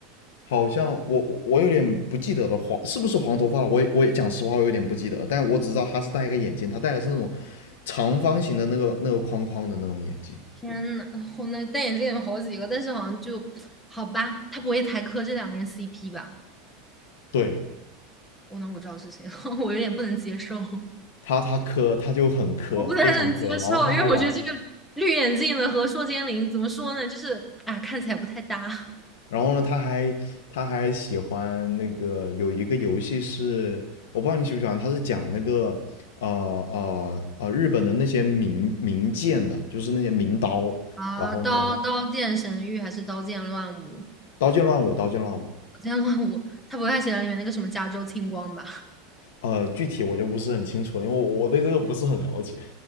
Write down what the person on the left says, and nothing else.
好像我我我有点不记得了，黄是不是黄头发了？我也我也讲实话，我有点不记得，但我只知道他是戴一个眼镜，他戴的是那种长方形的那个那个框框的那种眼镜。
对，
他他磕，他就很磕，
非常磕。然后他还玩，
然后呢，他还他还喜欢那个有一个游戏是，我不知道你喜不喜欢，他是讲那个呃呃呃日本的那些名名剑的，就是那些名刀。
然后呢，
刀剑乱舞，刀剑乱舞。
呃，具体我就不是很清楚了，因为我我对这个不是很了解。